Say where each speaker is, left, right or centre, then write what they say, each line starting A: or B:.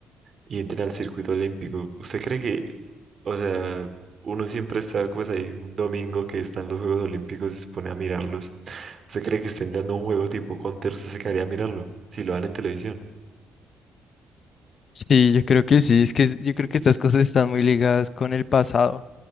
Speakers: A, on the right; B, on the left.
A: y entren al circuito olímpico. ¿Usted cree que, o sea, uno siempre está pues ahí un domingo que están los Juegos Olímpicos y se pone a mirarlos? ¿Usted cree que estén dando un juego tipo Counter? ¿Usted se quedaría a mirarlo si lo dan en televisión?
B: Sí, yo creo que sí, es que es- yo creo que estas cosas están muy ligadas con el pasado.